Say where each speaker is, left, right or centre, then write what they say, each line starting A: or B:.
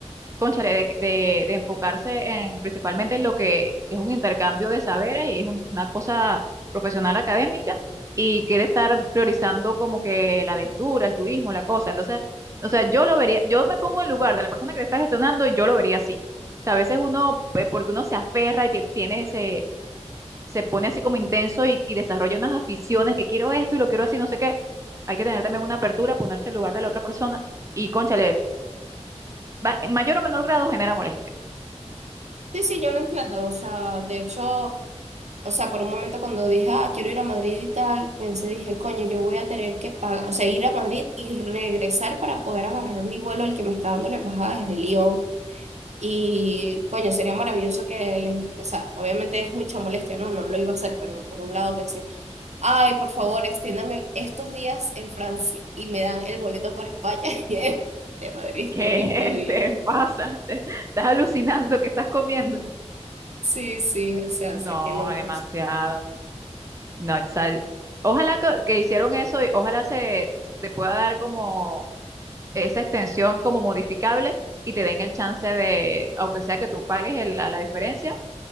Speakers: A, on the right (about 25°); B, on the right (about 70°).
A: cónchale, de, de, de enfocarse en principalmente en lo que es un intercambio de saberes y es un- una cosa profesional académica y quiere estar priorizando como que la aventura, el turismo, la cosa. Entonces, o sea, yo lo vería, yo me pongo en lugar de la persona que está gestionando y yo lo vería así. O sea, a veces uno, pe- porque uno se aferra y tie- tiene ese, se pone así como intenso y, y desarrolla unas aficiones que quiero esto y lo quiero así, no sé qué. Hay que tener también una apertura, ponerse en lugar de la otra persona y, cónchale, va- en mayor o menor grado genera molestia.
B: Sí, sí, yo lo entiendo, o sea, de hecho, o sea, por un momento cuando dije, ah, quiero ir a Madrid y tal, pensé, dije, coño, yo voy a tener que pagar, o sea, ir a Madrid y regresar para poder agarrar mi vuelo, el que me está dando la embajada desde Lyon. Y coño, sería maravilloso que les, o sea, obviamente es mucha molestia, no, no lo iba a hacer, pero por un lado pensé, Ay, por favor, extiéndame estos días en Francia y me dan el boleto para España <laughs> y el de Madrid
A: ¿Qué
B: en estos días.
A: te pasa? <laughs> ¿Estás alucinando? ¿Qué estás comiendo?
B: Sí, sí, o sea,
A: No,
B: sé que no,
A: demasiado.
B: pues.
A: No, o sea, ojalá que, que hicieron eso y ojalá se te pueda dar como esa extensión como modificable y te den el chance de, aunque sea que tú pagues el- la, la diferencia,